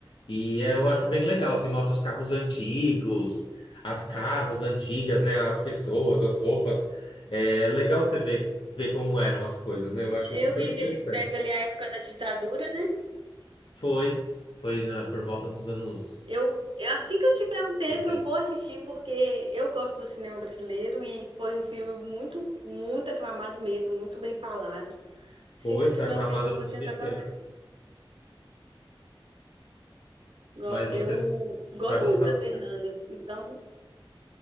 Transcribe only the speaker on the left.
E eu acho bem legal, assim, mostra os carros antigos, as casas antigas, né? As pessoas, as roupas. É legal você ver, ver como eram as coisas, né? Eu acho
super
interessante.
Foi, foi na- por volta dos anos
70.
Foi,
foi aclamado
no
mundo
inteiro.
Mas você
vai gostar,
com
certeza.